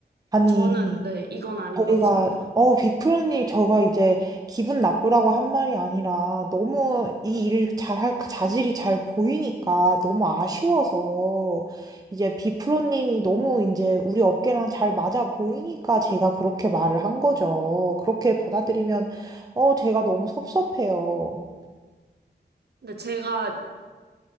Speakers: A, on the right; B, on the right.
A: 아니.
B: 저는, 네, 이건 아닌 것
A: 저희가
B: 같습니다.
A: 어 비프로님 저가 이제 기분 나쁘라고 한 말이 아니라 너무 이 일 잘할 그 자질이 잘 보이니까 너무 아쉬워서 이제 비프로님이 너무 이제 우리 업계랑 잘 맞아 보이니까 제가 그렇게 말을 한 거죠. 그렇게 받아들이면 어 제가 너무 섭섭해요.
B: 근데 제가